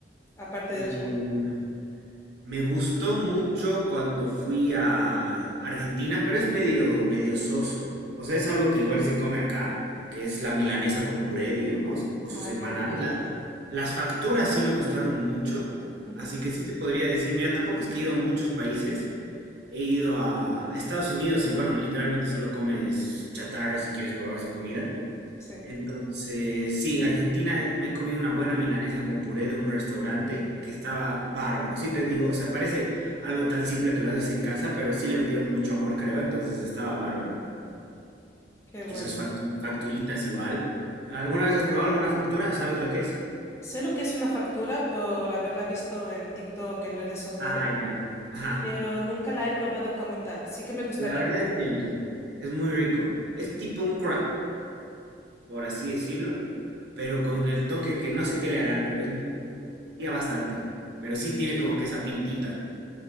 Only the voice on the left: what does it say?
aparte
de China?
Ah,
qué rico.
Ujú,
Sí,
qué bueno.
Sé lo que es una factura por haberla visto en TikTok, en redes sociales.
pero nunca la he probado como tal. Sí que me gustaría,